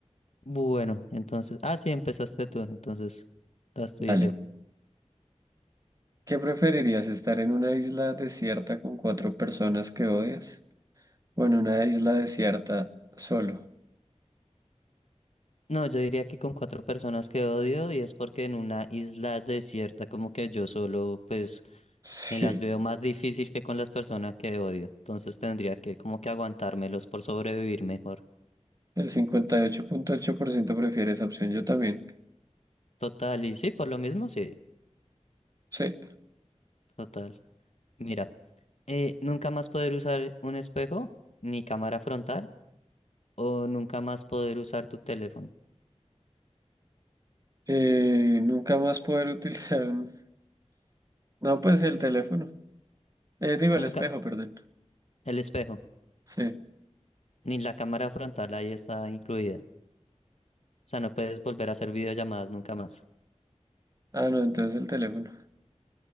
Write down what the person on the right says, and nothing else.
Dale.
¿Qué preferirías, estar en una isla desierta con cuatro personas que odias Bueno, una isla desierta solo.
Sí.
El cincuenta y ocho ocho punto ocho por ciento prefiere esa opción. Yo también.
Sí.
Eh, nunca más poder utilizar un... No, pues el teléfono. Eh, digo,
el espejo, perdón.
Sí.
Ah, no, entonces el teléfono. <laughs>